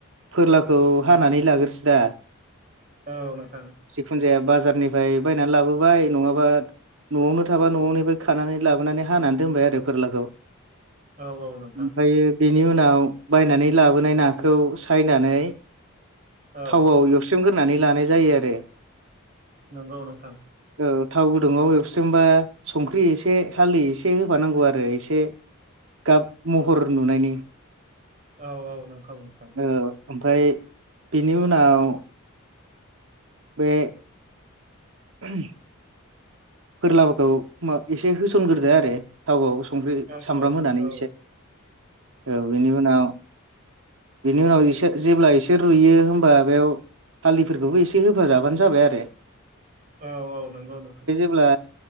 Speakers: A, on the right (about 65°); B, on the right (about 40°).
A: फोरलाखौ हानानै लाग्रोसोदा
B: औ नोंथां।
A: जिखुनु जाया बाजारनिफ्राय बायनानै लाबोबाय नङाबा न'आवनो थाबा न'निफ्राय खानानै लाबोनानै हानानै दोनबाय आरो फोरलाखौ
B: औ औ नोंथां
A: ओमफ्रायायो बेनि उनाव बायनानै लाबोनाय नाखौ सायनानै
B: औ
A: थावआव एवस सोमगोरोनानै लानाय जायो आरो
B: नंगौ नों थां।
A: औ थाव गुदुंआव एवस्रेमबा संख्रि एसे हालदै एसे होफानांगौ आरो एसे गाब महर नुनायनि
B: औ औ नंखौ नोंथां।
A: ओमफ्राय बेनि उनाव बे <unintelligible> फोरलाफोरखौ एसे होसनग्रोदो आरो। थावआव संख्रि
B: औ
A: सामब्राम
B: औ
A: होनानै
B: औ
A: एसे औ बेनि उनाव बिनि उनाव एसे जेब्ला एसे रुइयो होमबा बेयाव हालदैफोरखौबो एसे होफाजाबानो जाबाय आरो।
B: औ औ नंगौ नोंथां।।
A: अब्ला